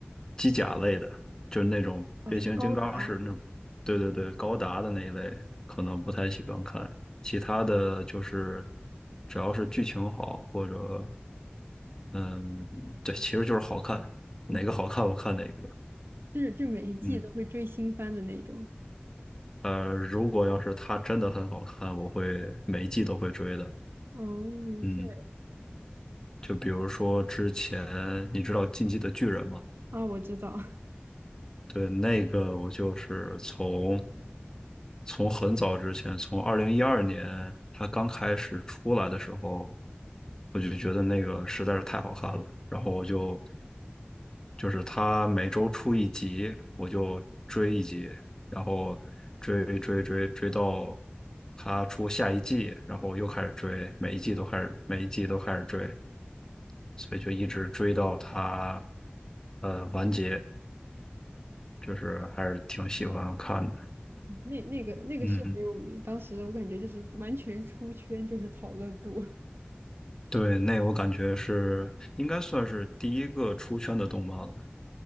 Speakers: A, on the left; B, on the right.
A: 机甲类的，就是那种变形金刚式那种，
B: 啊，什么高达？
A: 对对对，高达的那一类，可能不太喜欢看。其他的就是，只要是剧情好，或者，嗯，对，其实就是好看，
B: 嗯，
A: 哪个好看我看哪个，
B: 就是就每一季都会追新番的那种。
A: 嗯。呃，如果要是它真的很好看，我会每一季都会追的。
B: 哦，
A: 嗯，
B: 是
A: 就比如说之前你知道《进击的巨人》吗？
B: 啊，我知道，
A: 对，那个我就是从从很早之前，从二零一二年它刚开始出来的时候，我就觉得那个实在是太好看了，然后我就就是他每周出一集，我就追一集，然后追追追追到他出下一季，然后又开始追，每一季都开始，每一季都开始追，所以就一直追到他呃完结，就是还是挺喜欢看的。
B: <laughs> 那那个那个是很有名，
A: 嗯，
B: 当时我感觉就是完全出圈，就是讨论度。
A: 对，那我感觉是应该算是第一个出圈的动漫了。